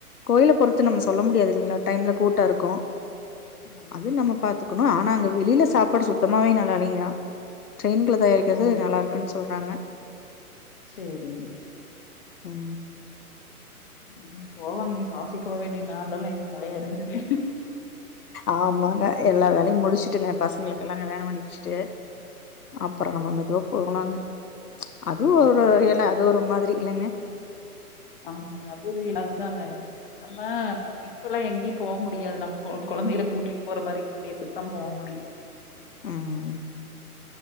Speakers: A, on the left; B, on the left.
A: கோயில பொறுத்து நம்ம சொல்ல முடியாது இல்லீங்களா டைம்ல கூட்ட இருக்கு
B: ஆமா.
A: அது நம்ம பாத்துக்கணு ஆனா அங்க வெளில சாப்பாடு சுத்தமாவே நல்லா இல்லீங்களா ட்ரெயின்ல தயாரிக்கிறது
B: ஓ!
A: நல்லாருக்குன்னு சொல்றாங்க
B: சேரிங்க
A: ம்
B: ம் போவாங்க இனி காசி போ வேண்டிய நாள் எல்லா இன்னு நெறைய இருக்குது
A: ஆமாங்க எல்லா வேலையு முடிச்சுட்டுங்க பசங்களுக்கெல்லா கல்யாண பண்ணி வச்சுட்டு அப்புற நம்ம மெதுவா போகலாங்க அதுவு
B: ஆமாங்க.
A: ஒரு வகையில அது ஒரு மாதிரி இல்லங்க
B: ஆமாங்க அது ஒரு அதுதாங்க நம்ம இப்பல்லா எங்கியு போ முடியாது நம்ம கொ கொழந்தைகள கூட்டிட்டு போற மாரி பிளேஸுக்குத்தா போ முடியு
A: ம்